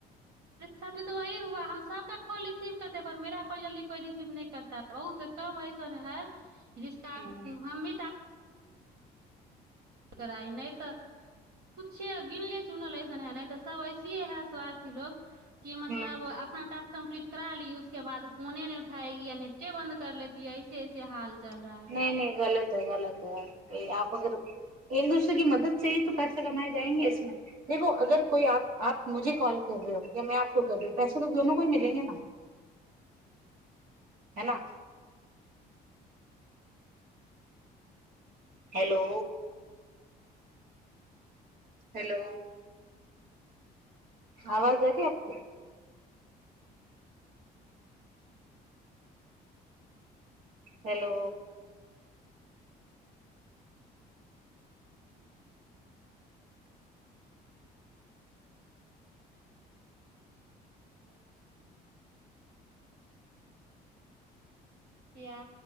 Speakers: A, on the right; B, on the right.
A: साथी तो वही हुआ हम सबका कॉल रिसीव करते पर मेरा कॉल जल्दी कोइ रिसीव नहि करता बहुत कम ऐसन है जिसका
B: हम्म
A: हम भी टास्क कराइ नहि तऽ कुछे गिनले चुनल अऐसन है नहि तऽ सभ ऐसे है स्वार्थी लोग कि मतलब
B: हम्म
A: अपना कम्प्लीट करा ली उसके बाद फोने नहि उठएी अ ने बन्द कर ले है ऐसेऐे हाल चल रहा
B: नहीं
A: है
B: नहीं गलत है गलत है आ अगर एक दोसरे क मदद से ही त पैसा कमाए जाएंगे इसमे देखो अगर कोईप मुे कॉल कर रहे हो या मैंपको कर पैसा त दोननो को ही मिलेंगे न है न हेलो हेलो आवाज आ रही आपको हेलो
A: <unintelligible> किया